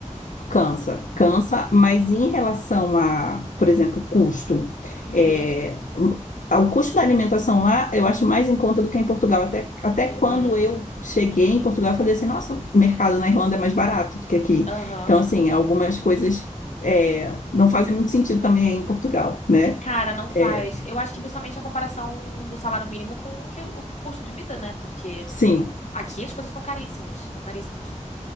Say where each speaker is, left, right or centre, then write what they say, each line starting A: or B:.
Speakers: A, on the left; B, on the left.
A: Cansa, cansa, mas em relação a, por exemplo, custo,
B: Uhum,
A: é, o ao custo da alimentação lá, eu acho mais em conta do que em Portugal. Até, até
B: uhum.
A: quando eu cheguei em Portugal, eu falei assim, nossa, o mercado na Irlanda é mais barato do que aqui.
B: Aham.
A: Então, assim, algumas coisas é, não fazem muito sentido também em Portugal, né?
B: Cara, não faz.
A: É,
B: Eu acho que principalmente a comparação do salário mínimo com o que- o que- custo de vida, né? Porque
A: sim,
B: aqui as coisas estão caríssimas, estão caríssimas.